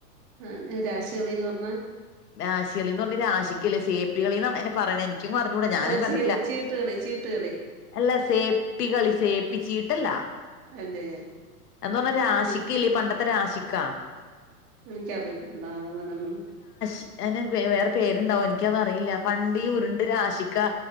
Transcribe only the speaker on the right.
ആഹ്‌ രാശി കളീന്ന് പർഞാ.
ഓ
ചീ ചീട്ടുകളി ചീട്ടുകളി.
അല്ലേ
ഞാ
എനിക്കറിയപ്പെട്ടുടാ അങ്ങനെന്നും.